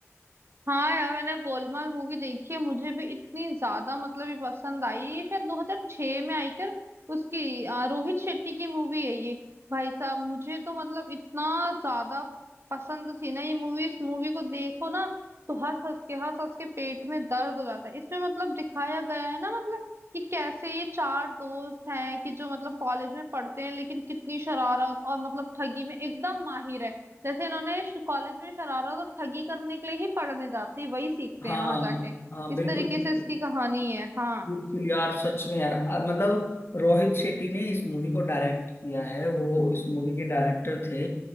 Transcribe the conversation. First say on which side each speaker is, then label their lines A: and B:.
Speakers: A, on the right (about 55°); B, on the left (about 50°).
A: हाँ यार मैंने गोलमाल मूवी देखी है मुझे भी इतनी ज्यादा मतलब ये पसंद आई है ये शायद 2006 में आई थी और उसकी अ, रोहित शेट्टी की मूवी है ये भाई साहब मुझे तो मतलब इतना ज्यादा पसंद थी ना ये मूवी इस मूवी को देखो ना तो हंस हंस के हंस हंस के पेट में दर्द हो जाता है इसमें मतलब दिखाया गया है ना मतलब कि कैसे ये चार दोस्त हैं कि जो मतलब कॉलेज में पढ़ते हैं लेकिन कितनी शरारत और मतलब ठगी में एकदम माहिर है जैसे इन्होंने कॉलेज में शरारत और ठगी करने के लिए ही पढ़ने जाते हैं वही सीखते
B: हाँ
A: हैं वहां जाके
B: हाँ
A: इस
B: बिल्कुल
A: तरीके
B: बिल्कुल
A: से इसकी कहानी है हाँ
B: बिल्कुल यार सच में यार आ, मतलब रोहित शेट्टी ने इस मूवी को डायरेक्ट किया है वो इस मूवी के डायरेक्टर थे